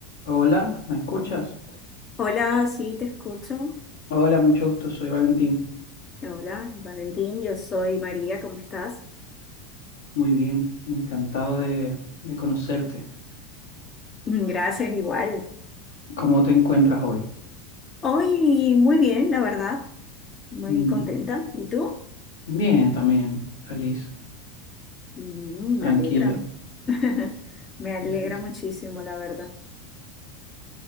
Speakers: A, on the left; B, on the left.
A: Hola, ¿me escuchas?
B: Hola, sí, te escucho.
A: Hola, mucho gusto, soy Valentín.
B: Hola, Valentín, yo soy María, ¿cómo estás? <laughs>
A: Muy bien, encantado de, de conocerte.
B: Mm, Gracias, igual.
A: ¿Cómo te encuentras hoy?
B: Hoy muy bien, la verdad, muy
A: Mm,
B: contenta. ¿Y tú?
A: Bien, también, feliz,
B: Mm,
A: tranquilo,
B: me alegra. <laughs> Me alegra
A: dices.
B: muchísimo, la verdad.